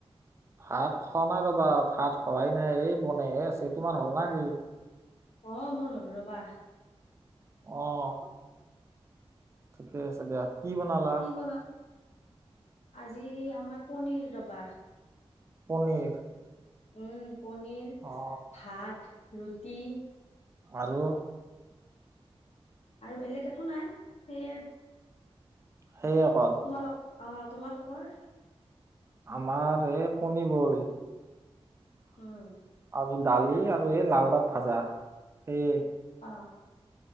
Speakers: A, on the right; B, on the left.
A: ভাত খোৱা নাই ৰবা ভাত খোৱাই নাই এই বনে এই আছে। তোমাৰ হল ন কি?
B: অ, মোৰ হল ৰবা।
A: আহ ঠিকে আছে দিয়া। কি বনালা?
B: কি বনা আজি আমাৰ পনিৰ ৰবা।
A: পনীৰ।
B: উম, পনীৰ,
A: অ
B: ভাত, ৰুটি।
A: আৰু?
B: আৰু বেলেগ একো নাই। সেয়ে,
A: সেয়ে অকল।
B: তোমালোক অ, তোমালোকৰ?
A: আমাৰ এই কণি বইল।
B: উম।
A: আৰু দালি আৰু এই লাওৰাত ভাজা সেই।
B: অ,